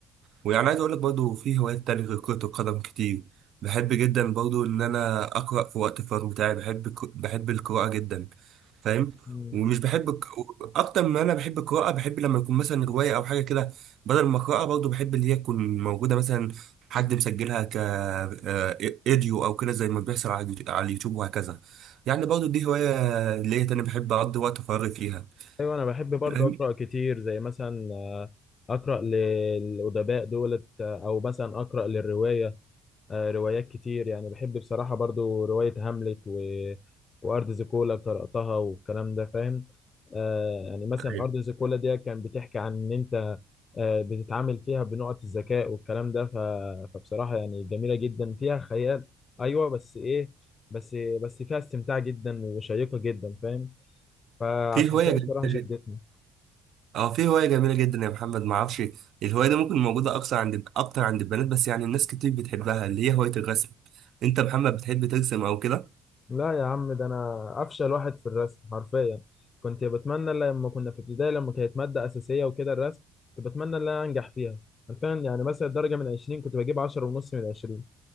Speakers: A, on the right; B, on the left.
A: ويعني عايز اقول لك برضه في هوايات تانية غير كرة القدم كتير بحب جدا برضه ان انا اقرا في وقت الفراغ بتاعي بحب الك- بحب القراءة جدا فاهم
B: مم.
A: ومش بحب الك- اكتر ما انا بحب القراءة بحب لما يكون مثلا رواية او حاجة كده بدل ما اقراها برضه بحب اللي هي تكون موجودة مثلا حد مسجلها ك آه، ايديو او كده زي ما بيحصل على اليوتيوب على اليوتيوب وهكذا يعني برضه دي هواية اللي هي تاني بحب اقضي وقت فراغي فيها
B: ايوه انا بحب برضه
A: فاهم؟
B: اقرا كتير زي مثلا آه، اقرا للادباء دولت آه، او مثلا اقرا للروايه آه، روايات كتير يعني بحب بصراحة برضو رواية هاملت و... وأرض زيكولا قرأتها والكلام ده فاهم آه يعني مثلا
A: أيوة.
B: أرض زيكولا دي كان بتحكي عن إن أنت آه بتتعامل فيها بنقط الذكاء والكلام ده ف... فبصراحة يعني جميلة جدا فيها خيال أيوة بس إيه بس بس فيها استمتاع جدا وشيقة جدا فاهم فعشان
A: في هواية
B: كده بصراحة
A: جديدة
B: شدتني
A: اه في هواية جميلة جدا يا محمد ما اعرفش الهواية دي ممكن موجودة اكثر عند اكتر عند البنات بس يعني الناس كتير بتحبها اللي هي هواية الرسم انت يا محمد بتحب ترسم او كده
B: لا يا عم ده انا افشل واحد في الرسم حرفيا كنت بتمنى لما كنا في ابتدائي لما كانت ماده اساسيه وكده الرسم كنت بتمنى ان انا انجح فيها حرفيا يعني مثلا درجه من 20 كنت بجيب 10 ونص من 20